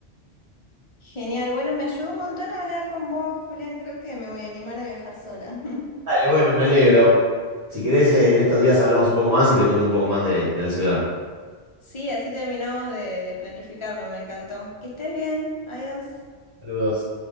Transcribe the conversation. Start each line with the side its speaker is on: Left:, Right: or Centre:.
Left: Genial. Bueno, me ayudó un montón a hablar con vos, Julián. Creo que me voy a animar a viajar sola. <laughs>
Right: Dale, bueno, me alegro. Si querés, eh, en estos días hablamos un poco más y te cuento un poco más de, de la ciudad.
Left: Sí, así terminamos de, de planificarlo, me encantó. Que estés bien, adiós.
Right: Saludos.